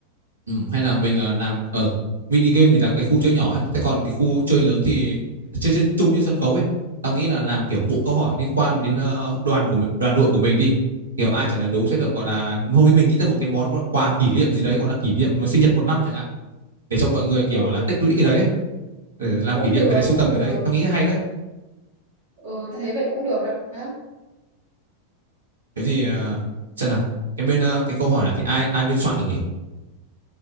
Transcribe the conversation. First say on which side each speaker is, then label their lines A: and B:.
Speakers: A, on the right; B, on the right.
A: ừ, hay là mình ờ, làm ở mini game thì là cái khu chơi nhỏ ấy, thế còn cái khu chơi lớn thì chơi trên chung trên sân khấu ấy. Tao nghĩ là làm kiểu bộ câu hỏi liên quan đến ờ, đoàn của mình- đoàn đội của mình đi. Kiểu ai trả lời đúng sẽ được gọi là hôm nay mình nghĩ ra một cái món gọi là quà kỷ niệm gì đấy gọi là kỷ niệm sinh nhật một năm chẳng hạn để cho mọi người kiểu
B: ừ
A: là tích lũy cái đấy ấy, để làm
B: cũng
A: kỷ niệm
B: được
A: cái đấy sưu
B: cũng
A: tầm
B: được
A: cái đấy tao nghĩ hay đấy
B: ừ tao thấy vậy cũng được đó
A: thế thì ờ, xem nào cái bên ờ, cái câu hỏi là thì ai ai biên soạn được nhỉ